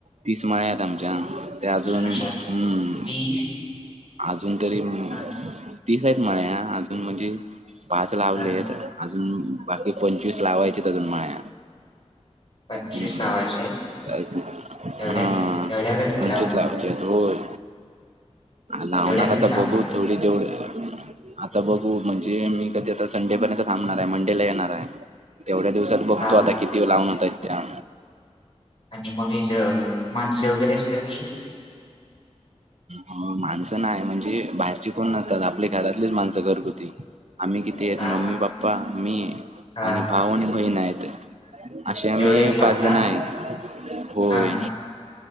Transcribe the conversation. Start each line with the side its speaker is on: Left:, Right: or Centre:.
Right: तीस माळायत आमच्या ते अजून
Left: अशा
Right: हम्
Left: तीस
Right: <inaudible> अजून तरी
Left: हा.
Right: तीस आहेत माळा. अजून म्हणजे पाच लावले
Left: हा
Right: आहेत. अजून बाकी पंचवीस लावायचेत अजून माळ्या.
Left: पंचवीस
Right: हम्.
Left: लावायचे आहेत
Right: हम्
Left: एवढ्या एवढ्या कधी
Right: पंचवीस
Left: लावणार
Right: लावायच्या आहेत होय. लावणार
Left: एवढ्या कधी
Right: आता
Left: लावणार
Right: बघू थोडी जेवढी आता बघू म्हणजे मी कधी आता संडेपर्यंत थांबणार आहे मंडेला येणार आहे. तेवढ्या दिवसात बघतो
Left: हा
Right: आता किती लावून होतायत त्या.
Left: आणि मग हेज्या माणसं वगैरे असतात की.
Right: हम्म माणसं नाही म्हणजे बाहेरची कोण नसतात. आपली घरातलीच माणसं घरगुती. आम्ही किती आहेत.
Left: हा
Right: मम्मी
Left: हा
Right: - पप्पा, मी
Left: हा
Right: आणि भाऊ आणि बहीण आहेत. अशे आम्ही
Left: एवढेच लावता
Right: पाच जण आहेत होय.
Left: हा